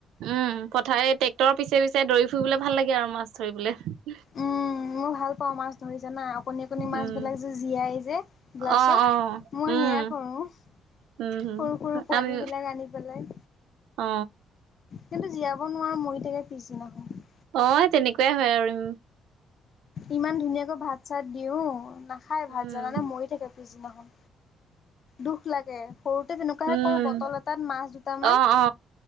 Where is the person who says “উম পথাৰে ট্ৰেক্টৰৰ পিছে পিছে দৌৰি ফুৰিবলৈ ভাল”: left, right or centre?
Right